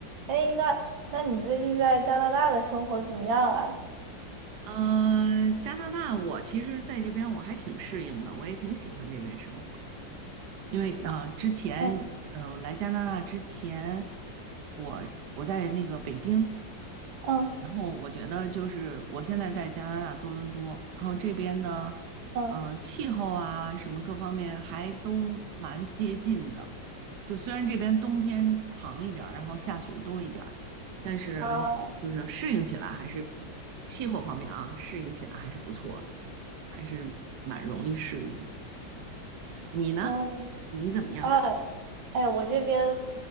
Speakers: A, on the right; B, on the right.
A: 哎，那那你最近在加拿大的生活怎么样啊？
B: 嗯，加拿大，我其实在这边我还挺适应的，我也挺喜欢这边生活。因为啊，之前呃来加拿大之前，
A: 嗯
B: 我我在那个北京，
A: 嗯
B: 然后我觉得就是我现在在加拿大多伦多，然后这边的
A: 嗯
B: 呃气候啊什么各方面还都蛮接近的。就虽然这边冬天长一点儿，然后下雪多一点儿，但是
A: 啊
B: 就是适应起来还是气候方面啊，适应起来还是不错的。还是蛮容易适应的。你呢？
A: 哦
B: 你怎么样？
A: 啊，哎，我这边